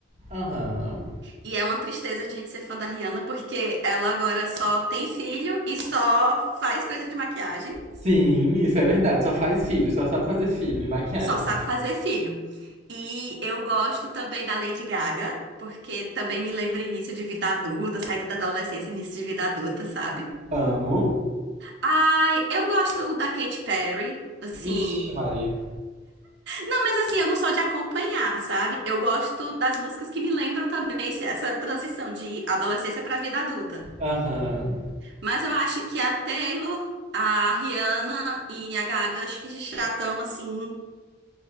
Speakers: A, on the right; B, on the right.
A: Aham.
B: E é uma tristeza a gente ser fã da Rihanna, porque ela agora só tem filho e só faz coisa de maquiagem,
A: Sim, isso é verdade. Só faz filho, só sabe fazer filho e maquiagem.
B: só sabe fazer filho. E eu gosto também da Lady Gaga, porque também me lembra início de vida adulta, saída da adolescência, início de vida adulta, sabe?
A: Amo.
B: Ai, eu gosto da Katy Perry, assim.
A: Ixi, Maria.
B: Não, mas assim, eu não sou de acompanhar, sabe? Eu gosto das músicas que me lembram também esse- essa transição de adolescência pra vida adulta.
A: Aham.
B: Mas eu acho que a Taylor, a Rihanna e a Gaga, acho que já estão assim